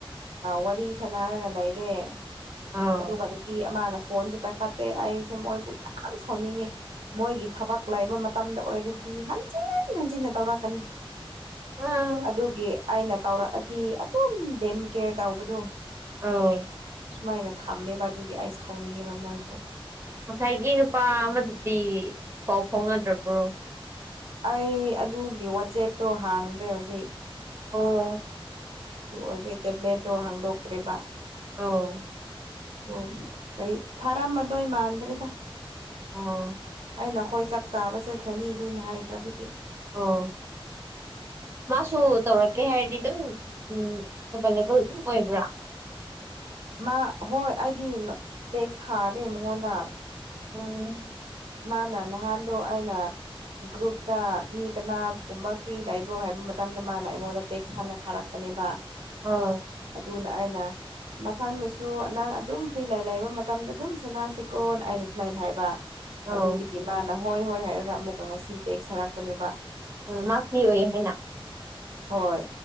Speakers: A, on the right; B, on the right.
A: ꯋꯥꯔꯤ ꯁꯅꯔꯒ ꯂꯩꯔꯦ
B: ꯑꯥꯎ
A: ꯑꯗꯨꯒ ꯅꯨꯄꯤ ꯑꯃꯅ ꯐꯣꯟꯁꯨ ꯄꯥꯏꯈꯠꯇꯦ ꯑꯩꯁꯦ ꯃꯣꯏꯕꯨ ꯌꯥꯝ ꯁꯥꯎꯅꯤꯡꯉꯤ ꯃꯣꯏꯒꯤ ꯊꯕꯛ ꯂꯩꯕ ꯃꯇꯝꯗ ꯑꯣꯏꯔꯗꯤ ꯍꯟꯖꯤꯟ ꯍꯟꯖꯤꯟꯅ ꯇꯧꯔꯛꯀꯅꯤ
B: ꯑꯥ
A: ꯑꯗꯨꯒꯤ ꯑꯩꯅ ꯇꯧꯔꯛꯑꯗꯤ ꯑꯗꯨꯝ ꯗꯦꯝ ꯀꯦꯌꯔ ꯇꯧꯕꯗꯣ
B: ꯑꯥꯎ
A: ꯁꯨꯃꯥꯏꯅ ꯊꯝꯃꯦꯕ ꯑꯗꯨꯒꯤ ꯑꯩ ꯁꯥꯎꯅꯤꯡꯉꯦꯕ ꯃꯣꯏꯕꯨ
B: ꯉꯁꯥꯏꯒꯤ ꯅꯨꯄꯥ ꯑꯃꯗꯨꯗꯤ ꯄꯥꯎ ꯐꯥꯎꯅꯗ꯭ꯔꯕ꯭ꯔꯣ
A: ꯑꯩ ꯑꯗꯨꯒꯤ ꯋꯥꯆꯦꯞꯇꯣ ꯍꯥꯡꯗ꯭ꯔꯦ ꯍꯧꯖꯤꯛ
B: ꯑꯣ
A: ꯑꯗꯨ ꯑꯣꯏꯕ ꯇꯦꯕ꯭ꯂꯦꯠꯇꯣ ꯍꯥꯡꯗꯣꯛꯇ꯭ꯔꯦꯔꯤꯕ
B: ꯑꯥꯎ
A: ꯑꯣ ꯀꯔꯤ ꯊꯥꯔꯛꯑꯝꯕꯗꯣꯏ ꯃꯥꯟꯗ꯭ꯔꯦꯗ
B: ꯑꯣ
A: ꯑ ꯅꯈꯣꯏ ꯆꯥꯛ ꯆꯥꯕ ꯆꯠꯈ꯭ꯔꯅꯤ ꯑꯗꯨꯅ ꯍꯥꯏꯈ꯭ꯔꯕꯒꯤ
B: ꯑꯣ ꯃꯥꯁꯨ ꯇꯧꯔꯛꯀꯦ ꯍꯥꯏꯔꯗꯤ ꯑꯗꯨꯝ ꯎꯝ ꯑꯦꯕꯥꯏꯂꯦꯕꯜ ꯑꯗꯨꯝ ꯑꯣꯏꯕ꯭ꯔꯥ
A: ꯃꯥ ꯍꯣꯏ ꯑꯩꯗꯤ ꯇꯦꯛꯁ ꯍꯥꯗꯦ ꯃꯉꯣꯟꯗ
B: ꯑꯝ
A: ꯃꯥꯅ ꯅꯍꯥꯟꯗꯣ ꯑꯩꯅ ꯒ꯭ꯔꯨꯞꯇ ꯃꯤ ꯀꯅꯥꯒꯨꯝꯕ ꯐ꯭ꯔꯤ ꯂꯩꯕ꯭ꯔꯣ ꯍꯥꯏꯕ ꯃꯇꯝꯗ ꯃꯥꯅ ꯑꯩꯉꯣꯟꯗ ꯇꯦꯛꯁ ꯍꯥꯟꯅ ꯊꯥꯔꯛ ꯄꯅꯦꯕ
B: ꯑꯥꯎ
A: ꯑꯗꯨꯅ ꯑꯩꯅ ꯃꯊꯪꯗꯁꯨ ꯅꯪ ꯑꯗꯨꯝ ꯐ꯭ꯔꯤ ꯂꯩ ꯂꯩꯕ ꯃꯇꯝꯗ ꯑꯗꯨꯝ ꯁꯅꯥꯁꯤꯀꯣ ꯑꯩꯅ ꯁꯨꯃꯥꯏꯅ ꯍꯥꯏꯕ
B: ꯑꯧ
A: ꯑꯗꯨꯗꯒꯤ ꯃꯥꯅ ꯍꯣꯏ ꯍꯣꯏ ꯍꯥꯏꯔꯒ ꯑꯃꯨꯛꯀ ꯉꯁꯤ ꯇꯦꯛꯁ ꯊꯥꯔꯛꯄꯅꯦꯕ
B: ꯎꯝ ꯃꯥ ꯐꯤ ꯑꯣꯏꯌꯦ ꯍꯥꯏꯅ
A: ꯍꯣꯏ